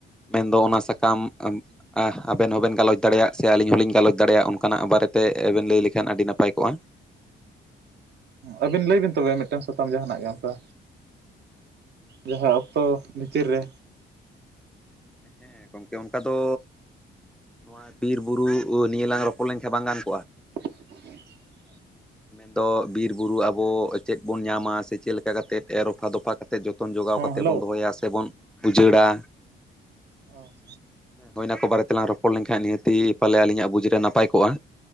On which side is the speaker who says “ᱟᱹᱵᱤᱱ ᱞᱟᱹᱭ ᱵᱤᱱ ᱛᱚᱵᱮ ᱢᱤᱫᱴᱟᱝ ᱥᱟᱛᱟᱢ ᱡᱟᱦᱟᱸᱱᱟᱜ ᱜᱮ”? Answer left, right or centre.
Right